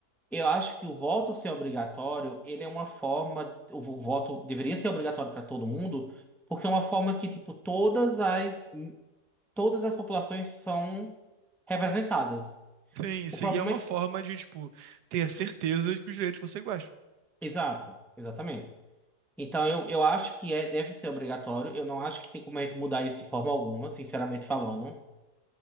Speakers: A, in the centre; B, on the right (about 90°).
A: Eu acho que o voto ser obrigatório, ele é uma forma, o vo- voto deveria ser obrigatório para todo mundo, porque é uma forma que, tipo, todas as todas as populações são representadas.
B: Sim, sim.
A: O problema
B: E é uma
A: é que,
B: forma de, tipo, ter certeza de que os direitos vão ser iguais.
A: exato, exatamente. Então eu, eu acho que é deve ser obrigatório. Eu não acho que tem como a gente mudar isso de forma alguma, sinceramente falando.